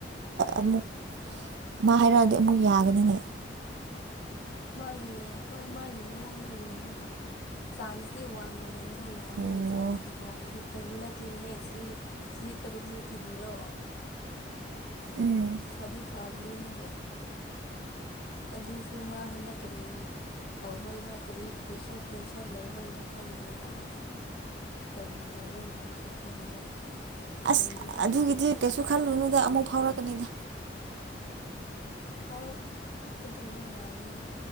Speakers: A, on the right; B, on the left.
A: ꯑꯃꯨꯛ ꯃꯥ ꯍꯥꯏꯔꯛꯑꯗꯤ ꯑꯃꯨꯛ ꯌꯥꯒꯅꯤꯅꯦ
B: ꯃꯥꯒꯤ ꯍꯣꯏ ꯃꯥꯒꯤ ꯃꯑꯣꯡꯗ ꯌꯦꯡꯉꯒ ꯆꯥꯟꯁꯇꯤ ꯋꯥꯡꯅ ꯂꯩꯑꯦ ꯑꯩ ꯌꯥꯕꯒꯤ
A: ꯑꯣ
B: ꯆꯥꯟꯁꯇꯤꯀꯣ ꯍꯥꯏꯗꯤ ꯐꯥꯒꯤ ꯅꯠꯇꯦꯅꯦꯍꯦ ꯆꯍꯤ ꯆꯍꯤ ꯇꯔꯨꯛꯁꯤꯕꯨ ꯐꯥꯒꯤꯔꯣ
A: ꯎꯝ
B: ꯐꯗꯤ ꯐꯕꯅꯦꯍꯦ ꯑꯗꯨꯁꯨ ꯃꯥ ꯍꯟꯗꯛ ꯀꯔꯤ ꯇꯧꯕꯒꯤꯔꯥ ꯀꯔꯤ ꯄ꯭ꯔꯦꯁꯔ ꯇꯦꯟꯁꯟ ꯂꯩꯕꯒꯤꯔꯥ ꯈꯪꯗꯦ ꯌꯥꯝ ꯀꯔꯤ ꯇꯧꯕꯩꯔ ꯑꯩꯁꯨ ꯈꯪꯗꯦ
A: ꯑꯁ
B: ꯍꯪꯗꯨ ꯍꯪꯗꯦꯕ
A: ꯑꯗꯨꯒꯤꯗꯤ ꯀꯩꯁꯨ ꯈꯜꯂꯨꯅꯨꯗ ꯑꯃꯨꯛ ꯐꯥꯎꯔꯛꯀꯅꯤꯗ
B: ꯐꯥꯎꯔꯛꯀꯗꯕ ꯃꯥꯜꯂꯦ